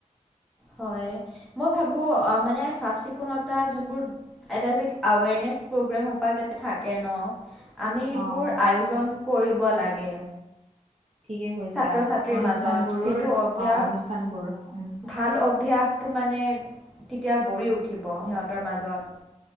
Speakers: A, in the centre; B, on the right (about 50°).
A: হয়। মই ভাবোঁ মানে চাফ চিকুণতা যোনবোৰ এটা যে এ'ৱেৰনেছ প্ৰগ্ৰেমসোপা যে থাকে ন। আমি সেইবোৰ
B: অ'
A: আয়োজন কৰিব লাগে।
B: ঠিকে কৈছা
A: ছাত্ৰ ছাত্ৰীৰ
B: অনুষ্ঠানবোৰৰ
A: মাজত সেইটো অভ্যাস,
B: অ' অনুষ্ঠানবোৰ উম
A: ভাল অভ্যাস টো মানে তেতিয়া গঢ়ি উঠিব সিহঁতৰ মাজত।